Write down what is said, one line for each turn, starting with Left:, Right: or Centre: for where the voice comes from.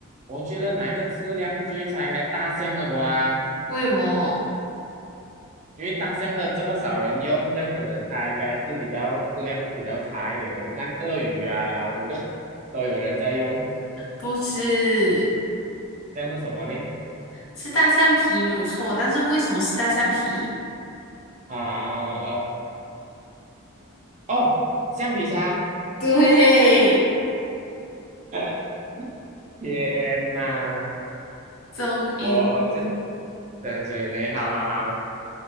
Right: 我觉得哪一个质量最差？应该大象了瓜。
Left: 为什么
Right: 因为大象的这么少人用，这样子它应该是比较质量比较差一点的。你看鳄鱼啊、老虎的 <laughs> 都有人在用，
Left: 不是？
Right: 这样是什么呢？
Left: 是大象皮没有错，但是为什么是大象皮？
Right: 啊，呃哦，橡皮擦。
Left: <laughs> 对，
Right: <laughs> 天呐，
Left: 终于，
Right: 我我这等等等，好好好，